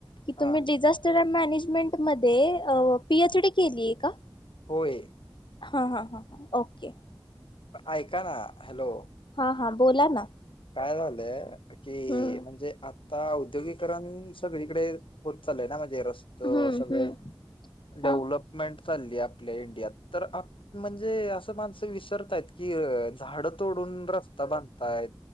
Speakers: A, on the left (about 65°); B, on the left (about 85°).
A: की
B: हा
A: तुम्ही डिझास् - झास्टर मॅनेजमेंट मध्ये अ पीएच डी केलीय का
B: होय
A: हा हा हा ह ओके
B: ऐकाना हॅलो
A: हा हां बोला ना
B: काय झालंय कि
A: हम्म
B: म्हणजे आता औद्योगीकरण सगळीकडे होत चालय ना म्हणे रस त
A: हम्म
B: सगळे
A: हम्म
B: डेव्हलपमेंट
A: हा
B: चालली आप आपल्या इंडियात तर आप म्हणजे असं माणसं विसरतायत की - झाडं तोडून रस्ता बांधतायत